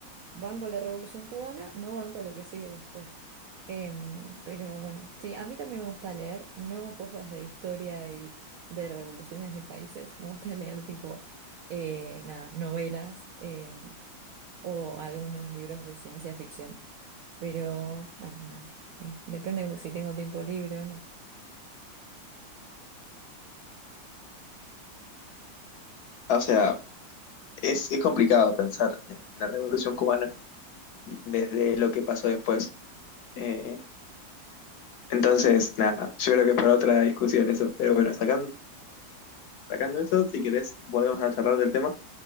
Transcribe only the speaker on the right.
Van con la Revolución Cubana, no van con lo que sigue después. Em, pero bueno, sí, a mí también me gusta leer, no cosas de historia y de revoluciones de países, me gusta <laughs> leer tipo, eh, nada, novelas em, o algunos libros de ciencia ficción, pero bueno, nada, eh, depende si tengo tiempo libre o no. <laughs>